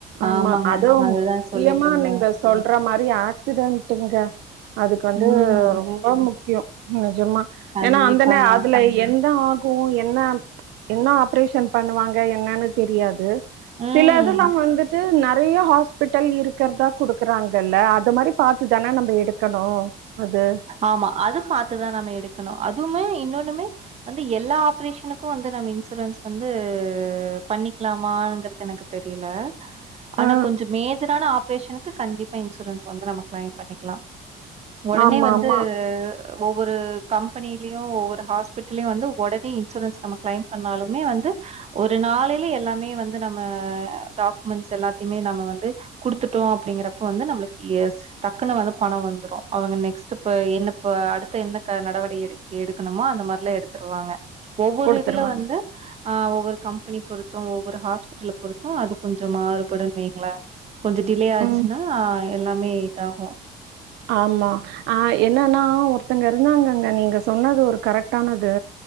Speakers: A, on the right (about 85°); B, on the right (about 40°).
A: ஆமா
B: ஆமாங்க.
A: அதவு
B: அதுதான்
A: முக்கியமா
B: சொல்லிட்டு இருந்தேன்.
A: நீங்க சொல்ற மாரி ஆக்சிடென்ட்டுங்க அதுக்கு வந்து
B: ம்.
A: ரொம் ப முக்கியோ நெஜமா
B: கண்டிப்பாங்க.
A: ஏனா அந்தனே அதுல எந்த ஆகு என்ன என்ன ஆப்ரேஷன் பண்ணுவாங்க என்னனு தெரியாது
B: ம்.
A: சில இதுல்லா வந்து ட்டு நறைய ஹாஸ்பிட்டல் இருக்கறதா குடுக்குறாங்கல்ல அது மாரி பாத்துதான நம்ப எடுக்கணு அது
B: ஆமா அது பாத்துதா நம்ம எடுக்கணு அதுமே இன்னொண்ணுமே வந்து எல்லா ஆப்ரேஷனுக்கு வந்து நம்ம இன்சூரன்ஸ் வந்து பண்ணிக்கலாமாங்கறது எனக்கு தெரியல ஆனா
A: ஆ
B: கொஞ்சோ மேஜரான ஆப்ரேஷனுக்கு கண்டிப்பா இன்சூரன்ஸ் வந்து நம்ம க்ளைம் பண்ணிக்கலா உடனே
A: ஆமா
B: வந்து
A: ஆமா
B: ஒவ்வொரு கம்பெனிலயு ஒவ்வொரு ஹாஸ்பிட்டலயு வந்து உடனே இன்சூரன்ஸ் நம்ம க்ளைம் பண்ணாலுமே வந்து ஒரு நாளைல எல்லாமே வந்து நம்ம டாக்குமெண்ட்ஸ் எல்லாத்தையுமே நம்ம வந்து குடுத்துட்டோ அப்டிங்கறப்ப வந்து நம்ளுக்கு டக்குன்னு வந்து பணோ வந்துரு அவங்க நெ நெக்ஸ்டு இப்ப என்னப்ப அடுத்த என்ன நடவடி எடு எடுக்கணுமோ அந்த மாரிலா எடுத்துருவாங்க ஒவ்வொரு
A: குடுத்துருவாங்க
B: இதுல வந்து ஆ ஒவ்வொரு கம்பெனி பொருத்து ஒவ்வொரு ஹாஸ்பிட்டல்ல பொருத்து அது கொஞ்சோ மாறுபடு வைங்ள கொஞ்சோ டிலே ஆச்சுன்னா
A: ம்
B: எல்லாமே இதாகு
A: ஆமா ஆ என்னன்னா ஒருத்தங்க இருந்தாங்கங்க நீங்க சொன்னது ஒரு கரெக்டானது